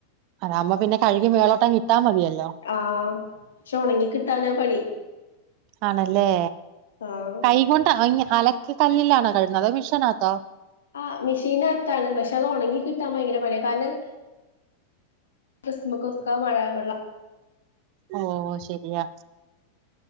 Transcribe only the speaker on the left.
ആഹ് പക്ഷെ ഒണങ്ങിക്കിട്ടാനാ പണി
ഓഹ്
ആ മെഷീന അത്താണ് പക്ഷെ അത് ഉണങ്ങി കിട്ടാൻ ഭയങ്കര പണിയ കാരണം ക്രിസ്മക്കൊക്ക മഴ വെള്ള